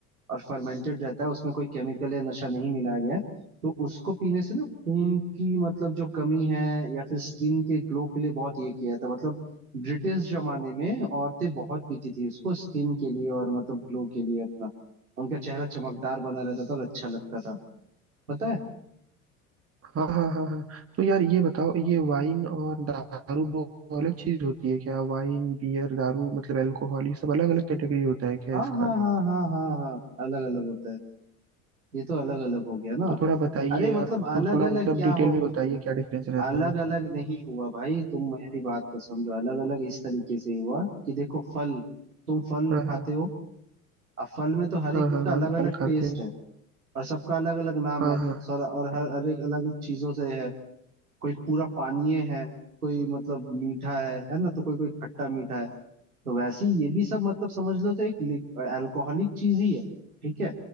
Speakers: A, on the right (about 85°); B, on the right (about 35°).
A: और फर्मेंटेड रहता है उसमें कोई केमिकल या नशा नहीं मिलाया गया है तो उसको पीने से ना खून की मतलब जो कमी है या फिर स्किन के ग्लो के लिए बहुत ये किया था मतलब ब्रिटिश जमाने में औरतें बहुत पीती थी उसको स्किन के लिए और मतलब ग्लो के लिए अपना उनका चेहरा चमकदार बना रहता था और अच्छा लगता था पता है
B: हाँ हाँ हाँ हाँ तो यार ये बताओ ये वाइन और दारू दो अलग चीज होती है क्या वाइन बियर दारू मतलब अल्कोहल ये सब अलग अलग कैटेगरी होता है क्या
A: हाँ
B: इसका
A: हाँ हाँ हाँ हाँ हाँ अलग अलग होता है ये तो अलग अलग हो गया ना
B: तो थोड़ा बताइए
A: अरे मतलब
B: आप
A: अलग
B: तो थोड़ा
A: अलग
B: मतलब
A: क्या
B: डिटेल
A: हो
B: में बताइए क्या डिफरेंस रहता
A: अलग
B: है
A: अलग नहीं हुआ भाई तुम मेरी बात को समझो अलग अलग इस तरीके से हुआ कि देखो फल तुम फल
B: हाँ
A: खाते
B: हाँ
A: हो अब फल में तो हर
B: हाँ
A: एक
B: हाँ
A: का
B: हाँ
A: अलग
B: फल
A: अलग
B: खाते
A: टेस्ट
B: हैं
A: है और सबका अलग अलग नाम
B: हाँ
A: है
B: हाँ
A: सर और हर हर एक अलग चीजों से है कोई पूरा पानीय है कोई मतलब मीठा है है ना तो कोई कोई खट्टा मीठा है तो वैसे ही ये भी सब मतलब समझ लो तो एक अल्कोहलिक चीज ही है ठीक है